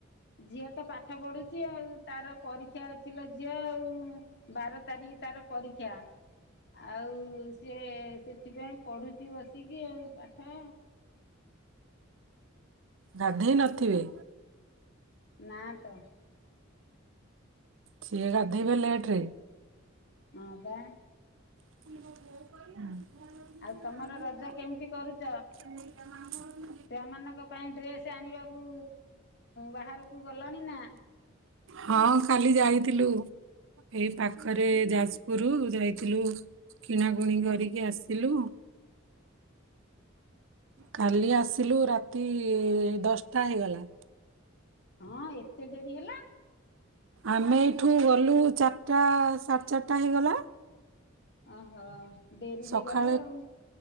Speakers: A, on the left (about 60°); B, on the right (about 70°).
A: ଝିଅ ତ ପା ପାଠ ପଢୁଛି ଆଉ ତାର ପରୀକ୍ଷା ଅଛିଲୋ ଝିଅ ଆଉ। ବାର ତାରିଖ ତାର ପରୀକ୍ଷା। ଆଉ ସିଏ ସେଥିପାଇଁ ପଢ଼ୁଛି ବସିକି ଆଉ ପାଠ।
B: ଗାଧୋଇ ନଥିବେ।
A: ନା ତ।
B: ସିଏ ଗାଧୋଇବେ ଲେଟରେ।
A: ହଁ ପା।
B: <inaudible>
A: ଆଉ ତମର ରଜ କେମିତି କରୁଛ? ଛୁଆମାନଙ୍କ ପାଇଁ ଡ୍ରେସ୍ ଆଣିବାକୁ ବାହାରକୁ ଗଲଣି ନା।
B: ହଁ କାଲି ଯାଇଥିଲୁ। ଏଇ ପାଖରେ ଯାଜପୁର ଯାଇଥିଲୁ କିଣାକୁଣି କରିକି ଆସିଲୁ। କାଲି ଆସିଲୁ ରାତି ଦଶଟା ହେଇଗଲା।
A: ହଁ ଏତେ ଡେରି ହେଲା।
B: ଆମେ ଏଇଠୁ ଗଲୁ ଚାରିଟା ସାଢ଼େ ଚାରିଟା ହେଇଗଲା।
A: ଓହୋ ଡେରିରେ
B: ସକାଳେ
A: ଗଲ ଆଉ।